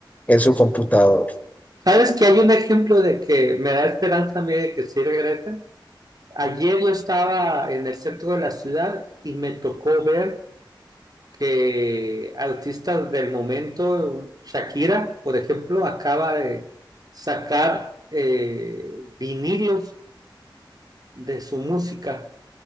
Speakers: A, on the left; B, on the right.
A: en su computador.
B: ¿Sabes que hay un ejemplo de que me da esperanza a mí de que sí regresen? Ayer yo estaba en el centro de la ciudad y me tocó ver que artistas del momento, Shakira, por ejemplo, acaba de sacar eh, vinilos de su música.